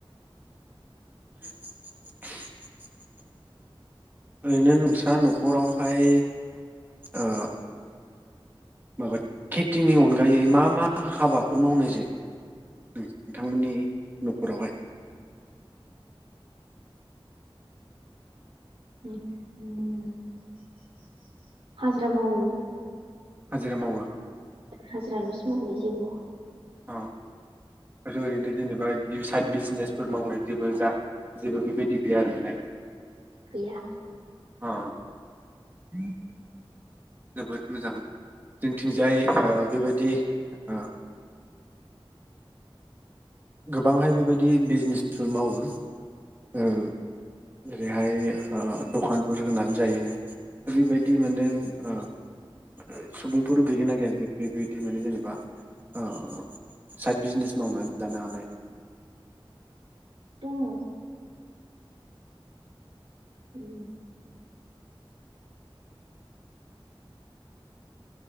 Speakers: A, on the right (about 20°); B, on the right (about 80°).
A: <unintelligible> ओरैनो नोंस्रा नखरावहाय ओ माबा खेथिनि अनगायै मा मा हाबाफोर मावनो जायो नोंथांमोननि न'खरावहाय?
B: <unintelligible> हाजिरा मावो।
A: हाजिरा मावो।
B: हाजिरालसो मावहैयो जेबो मावा।
A: अ आरो ओरैनो जेनेबा बिदि साइद बिजिनेसफोर मावनाय जेबो जा जेबो बेबायदि गैया आरो माने
B: गैया।
A: अ। <unintelligible> जोबोद मोजां जोंथिंजाय। ओ बेबायदि ओ। गोबांहाय बेबायदि बिजनेसफोर मावो ओ जेरैहाय। ओ दखानफोर। होनानै जायो ओरैबादि मोन्दों ओ ब सुबुंफोर गैखौ नागिर जे बेबायदि माने जेनेबा ओ साइड बिजनेस मावनानै। जानोहानाय।
B: दंङ। उम